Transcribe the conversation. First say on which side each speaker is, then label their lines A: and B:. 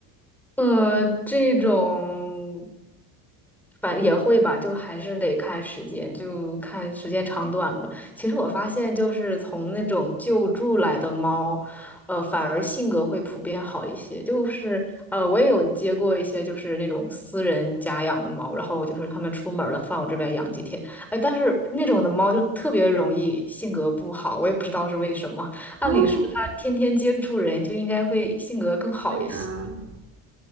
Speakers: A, in the centre; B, on the right.
A: 呃，这种反也会吧，就还是得看时间，就看时间长短吧。其实我发现，就是从那种救助来的猫，呃，反而性格会普遍好一些。就是呃，我也有接过一些就是那种私人家养的猫，然后就是他们出门了，放我这边养几天。哎，但是那种的猫就特别容易性格不好，我也不知道是为什么。按理说它天天接触人，
B: 哦，
A: 就应该会性格更好一些。
B: 对呀，